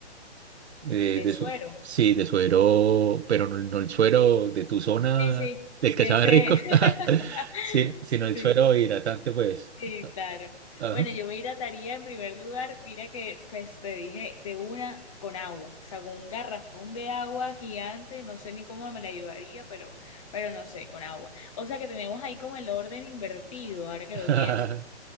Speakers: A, on the right (about 70°); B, on the left (about 30°).
A: eh,
B: De
A: de
B: suero.
A: su- sí, de suero, pero no, no el suero de tu zona,
B: Sí, sí,
A: del
B: ese,
A: que sabe rico, <laughs>
B: <laughs>
A: sí, sino el suero
B: sí,
A: hidratante, pues.
B: sí, claro.
A: Ajá.
B: Bueno, yo me hidrataría en primer lugar, mira que pues te dije de una con agua, o sea, con un garrafón de agua gigante, no sé ni cómo me la llevaría, pero, pero no sé, con agua. O sea que tenemos ahí como el orden invertido, ahora que
A: <laughs>
B: lo pienso.